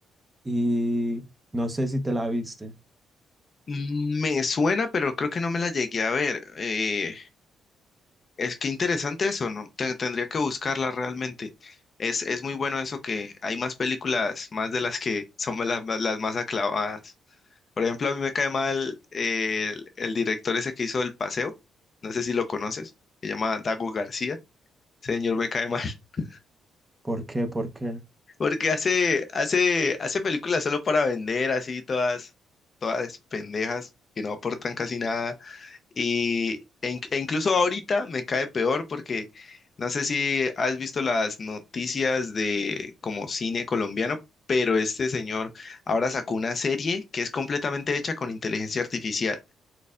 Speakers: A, on the right (about 20°); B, on the left (about 40°).
A: y no sé si te la viste.
B: Mm, Me suena, pero creo que no me la llegué a ver. Eh, es que interesante eso, ¿no? Te- tendría que buscarla realmente. Es, es muy bueno eso que hay más películas, más de las que son las, las más aclavadas. Por ejemplo, a mí me cae mal eh, el, el director ese que hizo El Paseo, no sé si lo conoces, se llama Dago García. Ese Señor, me cae mal, <laughs>
A: ¿Por qué? ¿Por qué?
B: porque hace, hace, hace películas solo para vender, así todas, todas pendejas, que no aportan casi nada. Y e, in- e incluso ahorita me cae peor porque no sé si has visto las noticias de como cine colombiano, pero este señor ahora sacó una serie que es completamente hecha con inteligencia artificial.